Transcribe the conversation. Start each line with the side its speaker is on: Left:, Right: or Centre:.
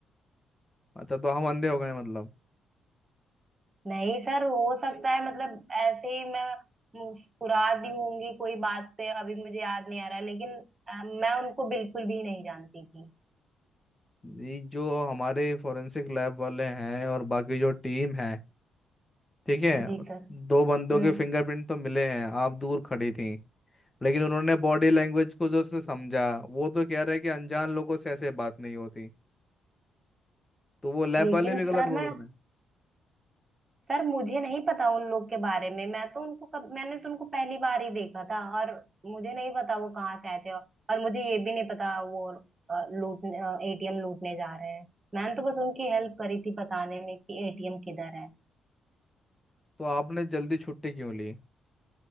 Left: अच्छा तो हम अंधे हो गए हैं मतलब
Right: नहीं सर हो सकता है मतलब ऐसे ही मैं मु- फुरा दी होंगी कोई बात पे अभी मुझे याद नहीं आ रहा है, लेकिन अ, मैं उनको बिल्कुल भी नहीं जानती थी
Left: ये जो हमारे फोरेंसिक लैब वाले हैं और बाकी जो टीम है ठीक है
Right: जी सर
Left: दो बंदों
Right: हम्म
Left: के फिंगरप्रिंट तो मिले हैं आप दूर खड़ी थी लेकिन उन्होंने बॉडी लैंग्वेज को जो से समझा वो तो कह रहे हैं कि अनजान लोगों से ऐसे बात नहीं होती तो वो लैब
Right: लेकिन
Left: वाले भी
Right: सर
Left: गलत
Right: मैं
Left: बोल रहे हैं
Right: सर मुझे नहीं पता उन लोग के बारे में मैं तो उनको कब मैंने तो उनको पहली बार ही देखा था और मुझे नहीं पता वो कहाँ से आए थे और मुझे ये भी नहीं पता वो अ, लूटने एटीएम लूटने जा रहे हैं मैंने तो बस उनकी हेल्प करी थी बताने में कि एटीएम किधर है
Left: तो आपने जल्दी छुट्टी क्यों ली